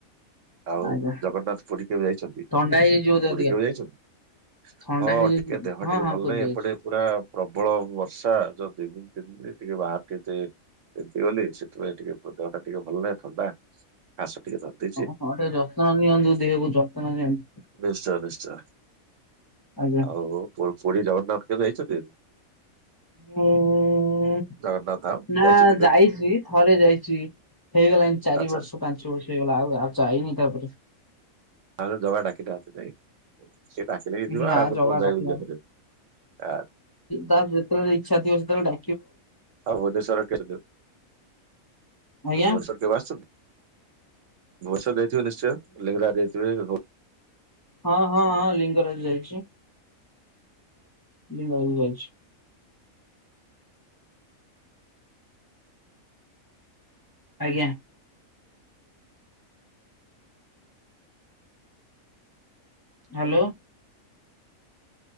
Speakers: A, on the right (about 65°); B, on the left (about 20°).
A: ଆଉ
B: ଆଜ୍ଞା
A: ଜଗନ୍ନାଥ ପୁରୀ କେବେ ଯାଇଚନ୍ତି,
B: ଥଣ୍ଡା ହେଇଯାଇଛି ବୋଧେ
A: ପୁରୀ
B: ଅଧିକା
A: କେବେ ଯାଇଚନ୍ତି?
B: ଥଣ୍ଡା
A: ହଁ
B: ହେଇଯାଇଛି
A: ଟିକେ ଦେହ
B: ହଁ
A: ଟିକେ
B: ହଁ
A: ଭଲ
B: ପୁରୀ
A: ନାହିଁ,
B: ଯାଇଛି।
A: ଏପଟେ ପୁରା ପ୍ରବଳ ବର୍ଷା ଯୋଉ ଦି ଦିନ ତିନି ଦିନ ଟିକେ ବାହରେ ଟିକେ ତିନ୍ତିଗଲି ସେଥିପାଇଁ ଟିକେ ମୋ ଦେହଟା ଟିକେ ଭଲ ନାହିଁ ଥଣ୍ଡା। କାସ ଟିକେ ଧରିଦେ
B: ଓ ହଁ ଟିକେ ଯତ୍ନ ନିଅନ୍ତୁ ଦେହକୁ ଯତ୍ନ ନିଅନ୍ତୁ।
A: ନିଶ୍ଚୟ-ନିଶ୍ଚୟ,
B: ଆଜ୍ଞା।
A: ଆଉ ପୁରୀ ଜଗନ୍ନାଥ କେବେ ଯାଇଚନ୍ତି?
B: <unintelligible>
A: ଜଗନ୍ନାଥ ଧାମ
B: ନା
A: ଯାଇଛନ୍ତି କେବେ?
B: ଯାଇଚି ଥରେ ଯାଇଚି ହେଇଗଲାଇଁ ଚାରି
A: ଆଚ୍ଛା
B: ବର୍ଷ ପାଞ୍ଚ ବର୍ଷ ହେଇଗଲା, ଆଉ-ଆଉ ଯାଇନି ତାପରେ।
A: ଆରେ ଜଗା ଡ଼ାକି ନାହାନ୍ତି ନାଇଁ। ସିଏ ଡାକିଲେ ହିଁ ଯିବା,
B: ନା
A: ଆମେ
B: ଜଗା
A: କଣ
B: ଡାକିଲାଣି।
A: <inaudible>
B: ତାର ଯେତେବେଳେ ଇଚ୍ଛା ଥିବ ସେତେବେଳେ ଡା
A: ଆଉ ଭୁବେନେଶ୍ୱର କେବେ ଯିବୁ,
B: ଆଜ୍ଞା
A: ଭୁବେନେଶ୍ୱର କେବେ ଆସିଚନ୍ତି, ଭୁବନେଶ୍ୱର ଯାଇ ଥିବେ ନିଶ୍ଚୟ ଲିଂଙ୍ଗରାଜ ଯାଇଥିବେ?
B: ହଁ-ହଁ-ହଁ ଲିଙ୍ଗରାଜ ଯାଇଚି। ଲିଙ୍ଗରାଜ ଯାଇଚି। ଆଜ୍ଞା। ହାଲୋ।